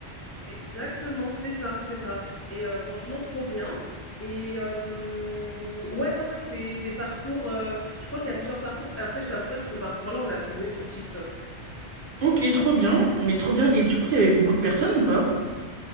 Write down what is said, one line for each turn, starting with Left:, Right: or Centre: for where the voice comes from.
Left: Exactement, c'est ça, c'est ça. Et euh, franchement, trop bien. Et euh, ouais, ouais, ouais, c'est des parcours. euh, je crois qu'il y a plusieurs parcours. Après, je t'avouerai que ce parcours-là, on l'a trouvé sur TikTok.
Right: Ok, trop bien, mais trop bien. Et du coup, il y avait beaucoup de personnes ou pas?